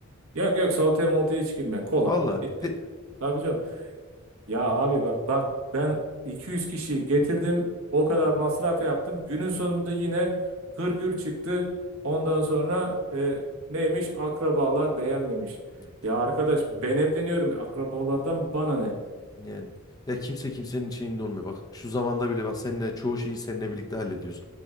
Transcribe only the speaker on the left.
Valla.
De...
Hı
hı.
Yani ya kimse kimsenin şeyinde olmuyor. Bak şu zamanda bile bak seninle çoğu şeyi seninle birlikte hallediyoruz.